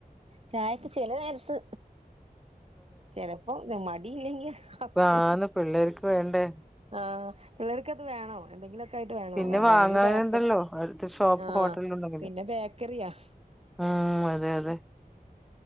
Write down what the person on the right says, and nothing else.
ചായക്ക് ചെല നേരത്ത് ചെലപ്പോ മടിയില്ലെങ്കി ആക്കും
ആഹ് പിള്ളേർക്ക് അത് വേണം എന്തെങ്കിലോക്കെ ആയിട്ട് വേണം
അല്ലെങ്കിൽ ബേക്കറി
ആഹ്
പിന്നെ ബേക്കറിയാ